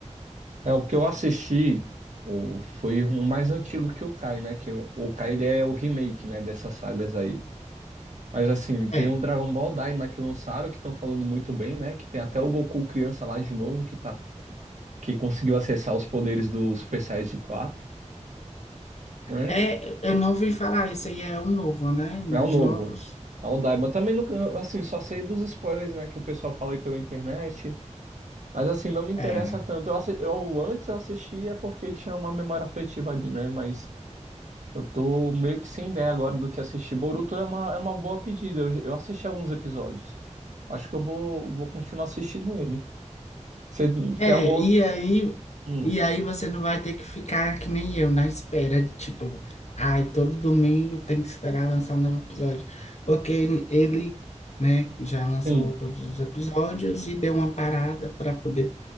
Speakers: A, on the right; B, on the left.
A: É, o que eu assisti o, foi o mais antigo que o Kai, né? Que o Kai ele é o remake, né, dessas sagas aí. Mas assim,
B: É,
A: tem o Dragon Ball Daima que lançaram, que estão falando muito bem, né? Que tem até o Goku criança lá de novo, que tá, que conseguiu acessar os poderes do Super Saiyajin quatro. né?
B: é, eu não ouvi falar, esse aí é um novo, né? Um
A: É
B: dos
A: o novo.
B: novos.
A: É o Daima. Também, não- eu, assim, só sei dos spoilers, né, que o pessoal fala aí pela internet. Mas assim, não me interessa
B: É.
A: tanto. Eu, assi- eu antes eu assistia porque tinha uma memória afetiva ali, né? Mas Eu tô meio que sem ideia agora do que assistir. Boruto é uma, é uma boa pedida. Eu, eu assisti alguns episódios. Acho que eu vou, vou continuar assistindo ele. Você
B: É,
A: tem algum outro?
B: e aí,
A: Hum,
B: e aí você não vai ter que ficar que nem eu, na espera, de, tipo, ai, todo domingo tem que esperar lançar um novo episódio. Porque ele, né, já lançou
A: sim,
B: todos os episódios e deu uma parada para poder,